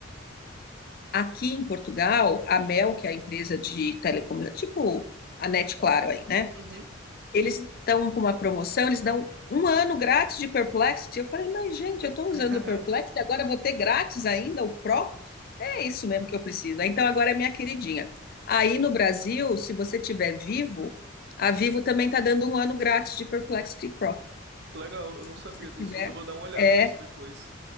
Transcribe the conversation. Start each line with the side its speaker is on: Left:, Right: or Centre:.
Left: Aqui em Portugal, a Mel, que é a empresa de telecomunicação, tipo a NET Claro aí, né?
Right: Uhum.
Left: Eles estão com uma promoção, eles dão um ano grátis de Perplexity. Eu falei, mas gente, eu estou usando
Right: <laughs>
Left: o Perplexity, agora eu vou ter grátis ainda o Pro? É isso mesmo que eu preciso. Ah, Então agora é minha queridinha. Aí no Brasil, se você tiver Vivo, a Vivo também está dando um ano grátis de Perplexity Pro.
Right: Que Legal, eu
Left: Se
Right: não sabia
Left: você tiver,
Right: disso. Eu vou dar uma olhada
Left: é,
Right: nessa depois.